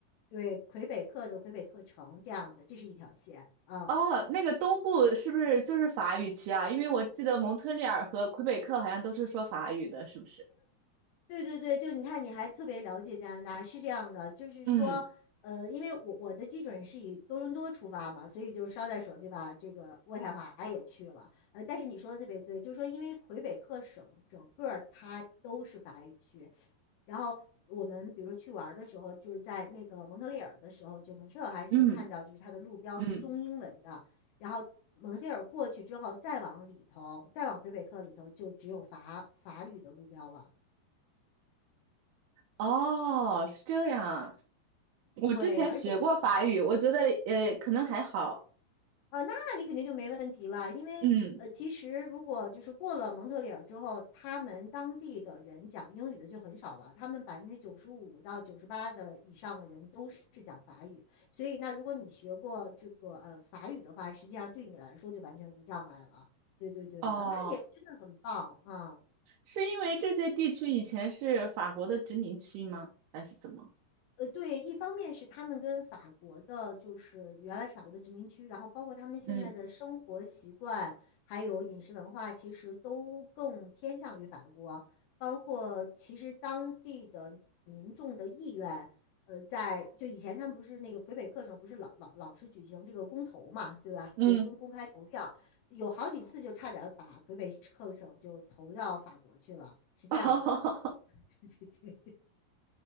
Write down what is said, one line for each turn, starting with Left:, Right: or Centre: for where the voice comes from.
Left: 对魁北克的魁北克城这样子，这是一条线啊。
Right: 啊！那个东部是不是就是法语区啊？因为我记得蒙特利尔和魁北克好像都是说法语的，是不是？
Left: 对对对，就你看，你还特别了解加拿大，是这样的，就是说，
Right: 嗯
Left: 呃，因为我我的基准是以多伦多出发嘛，所以就是捎带手就把这个渥太华也去了。呃，但是你说的特别对，就是说，因为魁北克省整个儿它都是法语区，然后我们比如说去玩儿的时候，就是在那个蒙特利尔的时候，就蒙特利尔还是能看到，
Right: 嗯
Left: 就是它的路标是中英文的。
Right: 嗯。
Left: 然后蒙特利尔过去之后，再往里头，再往魁北克里头，就只有法法语的路标了。
Right: 哦，是这样。我之前学过法语，
Left: 对，而且
Right: 我觉得呃可能还好。
Left: 呃，那你肯定就没问题了，因为呃，
Right: 嗯，
Left: 其实如果就是过了蒙特利尔之后，他们当地的人讲英语的就很少了，他们百分之九十五到九十八的以上的人都是讲法语，所以那如果你学过这个呃法语的话，实际上对你来说就完全无障碍了。对对对啊，
Right: 哦，
Left: 那你真的很棒啊！
Right: 是因为这些地区以前是法国的殖民区吗？还是怎么？
Left: 呃，对，一方面是他们跟法国的，就是原来是法国的殖民区，然后包括他们现在的生活习惯，
Right: 嗯
Left: 还有饮食文化，其实都更偏向于法国。包括其实当地的民众的意愿，呃，在就以前他们不是那个魁北克省不是老老老是举行这个公投嘛，对吧？
Right: 嗯，
Left: 就公公开投票，有好几次就差点把魁北克省就投到法国去了，是这样子。
Right: <laughs> 哦
Left: <laughs> 对对对。<laughs>